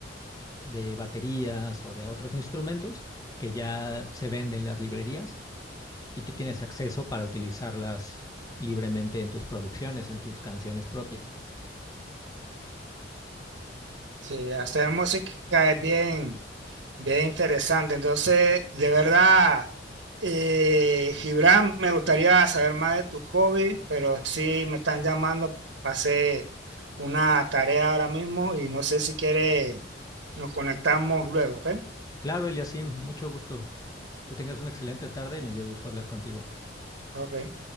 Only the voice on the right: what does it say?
Sí, hacer música es bien, bien interesante. Entonces, de verdad, eh, Gibran, me gustaría saber más de tu hobby, pero sí me están llamando para hacer una tarea ahora mismo y no sé si quieres, nos conectamos luego, ¿ok?
Ok.